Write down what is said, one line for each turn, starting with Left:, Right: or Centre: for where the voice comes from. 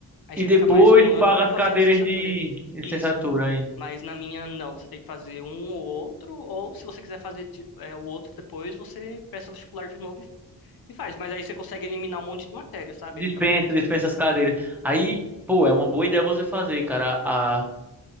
Left: aí
Centre: E
Left: você fica
Centre: depois
Left: mais um ano
Centre: paga
Left: pra
Centre: as
Left: fazer
Centre: cadeiras
Left: a licenciatura.
Centre: de licenciatura,
Left: Isso. Mas na minha, não. Você tem que fazer um ou outro, ou se você quiser fazer de- é, o outro depois, você presta vestibular de novo e, e faz. Mas aí você consegue eliminar um monte de matéria, sabe?
Centre: Dispensa,
Left: Aí fica bem mais.
Centre: dispensa as cadeiras. Aí, pô, é uma boa ideia você fazer, cara, a,